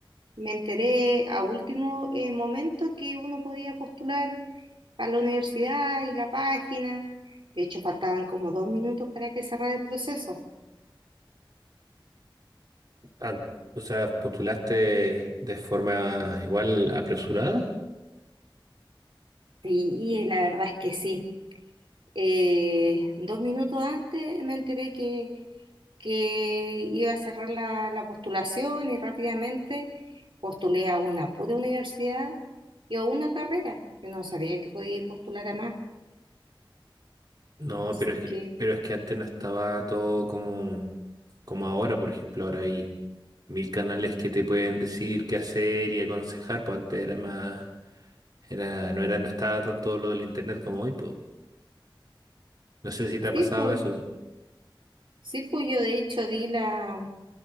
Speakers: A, on the right; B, on the right.
A: me enteré a último eh, momento que uno podía postular a la universidad y la página. De hecho, faltaban como dos minutos para que cerrara el proceso.
B: An- o sea, ¿postulaste de forma igual apresurada?
A: Sí, la verdad es que sí. Eh, dos minutos antes me enteré que, que iba a cerrar la, la postulación y rápidamente postulé a una pura universidad y a una carrera. Yo no sabía que podía ir postular a más.
B: No,
A: Así
B: pero es que,
A: que
B: pero es que antes no estaba todo como, como ahora, por ejemplo, ahora hay mil canales que te pueden decir qué hacer y aconsejar, pues antes era más, era, no era, no estaba tanto lo del internet como hoy, pues. No sé si te ha
A: sí,
B: pasado
A: pues,
B: eso.
A: sí, pues yo de hecho di la,